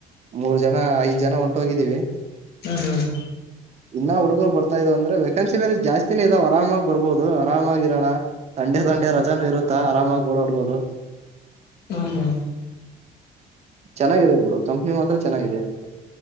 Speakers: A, on the right; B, on the left.
A: ಮೂರ್ ಜನ ಐದ್ ಜನ ಹೊಂಟು ಹೋಗಿದ್ದೀವಿ
B: ಹ್ಮ್ ಹ್ಮ್
A: ಇನ್ನ ಹುಡುಗರು ಬರ್ತಾ ಇದವ ಅಂದ್ರೆ ವೇಕೆನ್ಸಿ ಬೇರೆ ಜಾಸ್ತಿನ ಇ ಇದಾವ ಆರಾಮಾಗಿ ಬರ್ಬಹುದು ಆರಾಮಾಗಿರೋಣ ತಂಡೆ
B: ಹ್ಮ್
A: ತಂಡೆ ರಜಾನೂ ಇರುತ್ತಾ ಆರಾಮಾಗಿ ಓಡಾಡ್ಬೋದು
B: ಹಾ ಹಾ
A: ಚೆನ್ನಾಗಿದೆ ಬುರು ಕಂಪ್ನಿ ಮಾತ್ರ ಚೆನ್ನಾಗಿದೆ